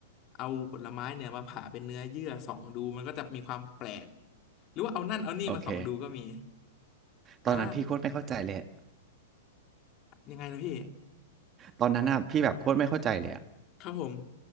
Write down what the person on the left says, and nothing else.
เอาผลไม้เนี่ยมาผ่าเป็นเนื้อเยื่อส่องดูมันก็จะมีความแปลกหรือว่าเอานั่นเอานี่มาส่องดูก็มี
อ่า
ยังไงนะพี่
ครับผม